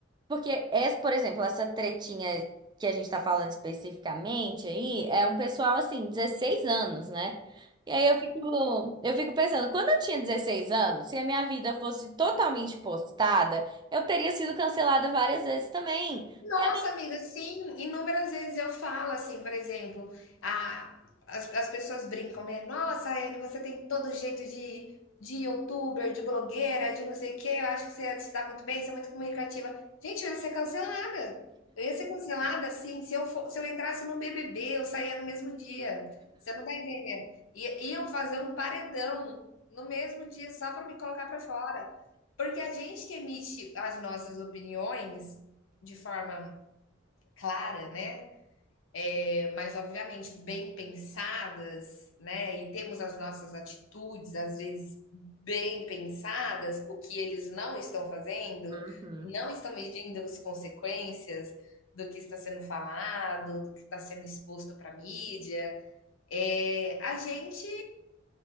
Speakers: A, on the right; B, on the left.
A: Porque, essa, por exemplo, essa tretinha que a gente tá falando especificamente aí, é um pessoal assim, 16 anos, né? E aí eu fico, eu fico pensando, quando eu tinha 16 anos, se a minha vida fosse totalmente postada, eu teria sido cancelada várias vezes também.
B: Nossa,
A: Porque
B: amiga, sim, inúmeras vezes eu falo assim, por exemplo, a, as, as pessoas brincam, né? Nossa, Ayane, você tem todo jeito de, de youtuber, de blogueira, de não sei o quê, eu acho que você ia se dar muito bem, você é muito comunicativa. Gente, eu ia ser cancelada. Eu ia ser cancelada, assim, se eu, for, se eu entrasse no BBB, eu saía no mesmo dia. Você não tá entendendo? I, iam fazer um paredão no mesmo dia só para me colocar para fora. Porque a gente que emite as nossas opiniões de forma clara, né? É, mas obviamente bem pensadas, né? E temos as nossas atitudes às vezes bem pensadas, o que eles não estão fazendo,
A: Uhum,
B: não estão medindo as consequências do que está sendo falado, do que está sendo exposto para a mídia. É, a gente